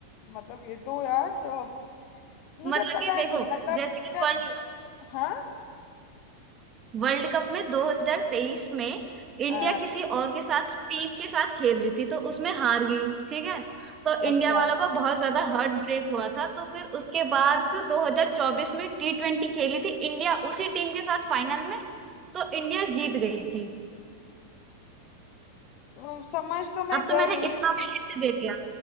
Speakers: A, on the left; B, on the right.
A: मतलब ये तो यार अ, मुझे
B: मतलब
A: पता
B: कि देखो
A: नहीं मतलब
B: जैसे कि
A: मेरा
B: वर्ल्ड
A: दि- हाँ
B: वर्ल्ड कप में 2023 में
A: अ,
B: इंडिया किसी और के साथ टीम के साथ खेल रही थी तो उसमें हार गई ठीक है तो इंडिया
A: अच्छा
B: वालों का बहुत ज्यादा हार्ट ब्रेक हुआ था तो फिर उसके बाद 2024 में टी ट्वेंटी खेली थी इंडिया उसी टीम के साथ फाइनल में तो इंडिया जीत गई थी
A: अ, समझ तो मैं
B: अब तो
A: गई
B: मैंने इतना भी हिंट दे दिया